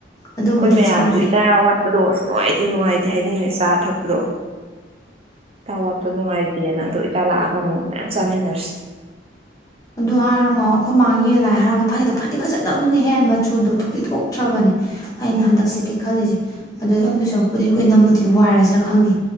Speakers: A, on the left; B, on the right.
A: ꯑꯗꯨꯕꯨꯗꯤ
B: ꯑꯩꯈꯣꯏ ꯃꯌꯥꯝꯁꯨ
A: ꯆꯥꯁꯦ
B: ꯏꯇꯥ ꯑꯋꯥꯠꯄꯗꯣ ꯑꯁ ꯅꯨꯡꯉꯥꯏꯇꯦ ꯅꯨꯡꯉꯥꯏꯇꯦ ꯍꯥꯏꯅꯤꯡꯩꯅꯦ ꯆꯥ ꯊꯛꯄꯗꯣ ꯊꯋꯥꯇꯣꯅ ꯍꯥꯏꯥꯏꯇꯑꯅ ꯑꯗꯨꯣ ꯇꯂꯑꯒ ꯑꯃꯨꯛ ꯃꯌꯥꯝ ꯆꯃꯤꯟꯅꯔꯁꯤ
A: ꯑꯗꯨ ꯍꯥꯏꯔꯒꯣ ꯑꯩꯈꯣꯏ ꯃꯥꯡꯒꯤꯦ ꯂꯥꯏ ꯍꯔꯥꯎꯕꯩ ꯐꯅꯛꯇꯣ ꯐꯗꯤꯦꯛ ꯐꯖꯟꯗꯕꯅꯦꯍꯦ ꯃꯆꯨꯗꯣ ꯊꯨꯗꯤ ꯊꯣꯛꯇ꯭ꯔꯕꯅꯦ ꯑꯩꯅ ꯍꯟꯗꯛ ꯆꯠꯀꯦ ꯈꯜꯂꯤꯁꯦ ꯑꯗꯨ ꯑꯗꯨ ꯁꯔꯄꯨꯗꯤ ꯑꯩꯈꯣꯏ ꯅꯝꯃꯨꯗꯤ ꯋꯥꯏꯔꯁꯤꯅ ꯈꯪꯗꯦ